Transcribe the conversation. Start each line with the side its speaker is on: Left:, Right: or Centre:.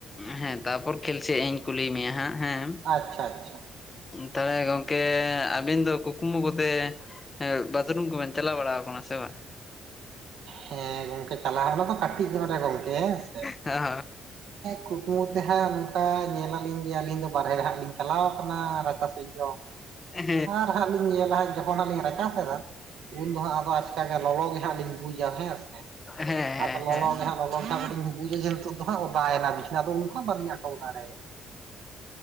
Left: ᱦᱮᱸ ᱛᱟᱯᱚᱨ ᱠᱷᱮᱞ ᱥᱮᱫ ᱤᱧ ᱠᱩᱞᱤ ᱢᱮᱭᱟ ᱦᱟᱸᱜ ᱦᱮᱸ᱾
Right: ᱟᱪᱪᱷᱟ ᱟᱪᱪᱷᱟ
Left: ᱛᱚᱵᱮ ᱜᱚᱝᱠᱮ ᱟᱹᱵᱤᱱ ᱫᱚ ᱠᱩᱠᱢᱩ ᱠᱚᱛᱮ ᱵᱟᱛᱷᱨᱩᱢ ᱠᱚᱵᱮᱱ ᱪᱟᱞᱟᱣ ᱵᱟᱲᱟᱣ ᱠᱟᱱᱟ ᱥᱮ ᱵᱟᱝ?
Right: ᱦᱮᱸ ᱜᱚᱝᱠᱮ ᱪᱟᱞᱟᱜ ᱚᱱᱟ ᱫᱚ ᱠᱟᱹᱴᱤᱡ ᱧᱚᱜ ᱨᱮ ᱜᱚᱝᱠᱮ ᱦᱮᱸᱥᱮ᱾ᱦᱮᱸ
Left: ᱦᱮᱸ
Right: ᱠᱩᱠ ᱠᱩ ᱛᱮ ᱦᱟᱸᱜ ᱱᱚᱝᱠᱟ ᱧᱮᱞ ᱟᱹᱞᱤᱧ ᱡᱮ ᱟᱹᱞᱤᱧ ᱫᱚ ᱵᱟᱨᱦᱮ ᱦᱟᱸᱜ ᱞᱤᱧ ᱪᱟᱞᱟᱣ ᱠᱟᱱᱟ ᱨᱟᱪᱟ ᱥᱮ ᱡᱚᱝ
Left: ᱦᱮᱸ
Right: ᱟᱨ ᱦᱟᱸᱜ ᱞᱤᱧ ᱧᱮᱞᱟ ᱡᱚᱠᱷᱚᱱ ᱦᱟᱸᱜ ᱞᱤᱧ ᱨᱟᱪᱟ ᱥᱮᱫᱟ ᱩᱱ ᱫᱚ ᱟᱵᱚ ᱟᱪᱠᱟ ᱜᱮ ᱞᱚᱞᱚ ᱜᱮ ᱦᱟᱸᱜ ᱞᱤᱧ ᱵᱩᱡᱟ ᱦᱮᱸᱥᱮ
Left: ᱦᱮᱸ ᱦᱮᱸ
Right: ᱟᱫᱚ ᱞᱚᱞᱚ
Left: ᱦᱮᱸ
Right: ᱜᱮ ᱦᱟᱸᱜ ᱞᱚᱞᱚ ᱜᱮ ᱦᱟᱸᱜ ᱵᱩᱡᱟ ᱡᱮ ᱱᱤᱛᱚᱜ ᱫᱚ ᱦᱟᱸᱜ ᱚᱫᱟᱭᱮᱱᱟ ᱵᱤᱪᱷ ᱟᱫᱚ ᱩᱱ ᱦᱚᱸ ᱵᱟᱹᱞᱤᱧ ᱟᱴᱚᱠ ᱫᱟᱲᱮᱭᱟᱜᱼᱟ᱾